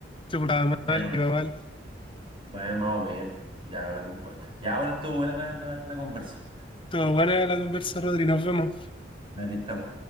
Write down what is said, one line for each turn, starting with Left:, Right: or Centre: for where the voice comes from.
Left: se portaba
Right: Pero
Left: mal,
Right: bueno,
Left: le iba mal.
Right: más, más o menos, ya, bueno, no importa. Ya, bueno, estuvo buena la, la, la conversa.
Left: Todo buena la conversa, Rodri, nos vemos.
Right: Ahí estamos.